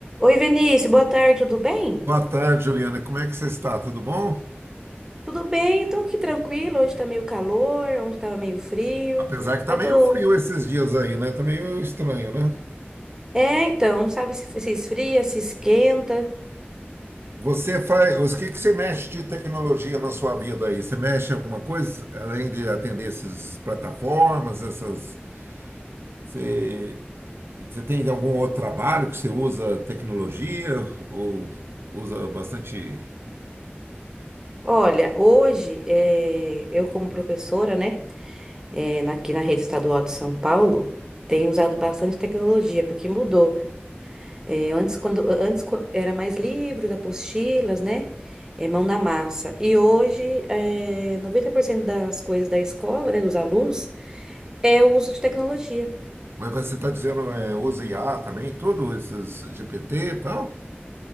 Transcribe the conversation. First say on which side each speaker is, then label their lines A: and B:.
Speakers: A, on the right; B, on the right.
A: Oi, Vinícius, boa tarde, tudo bem?
B: Boa tarde, Juliana. Como é que você está? Tudo bom?
A: Tudo bem, tô aqui tranquilo. Hoje tá meio calor, ontem tava meio frio.
B: Apesar que tá
A: Aí
B: meio
A: tô.
B: frio esses dias aí, né? Tá meio estranho, né?
A: É, então, sabe se, se esfria, se esquenta.
B: Você faz, o que que você mexe de tecnologia na sua vida aí? Você mexe em alguma coisa além de atender essas plataformas, essas você, você tem algum outro trabalho que você usa tecnologia ou usa bastante?
A: Olha, hoje é, eu, como professora, né, é, na- aqui na rede estadual de São Paulo, tenho usado bastante tecnologia, porque mudou. É, antes, quando, antes quan- era mais livros, apostilas, né? É, mão na massa. E hoje, é, 90% das coisas da escola, né, dos alunos, é o uso de tecnologia.
B: Mas você está dizendo é, usa IA também, tudo esses GPT e tal?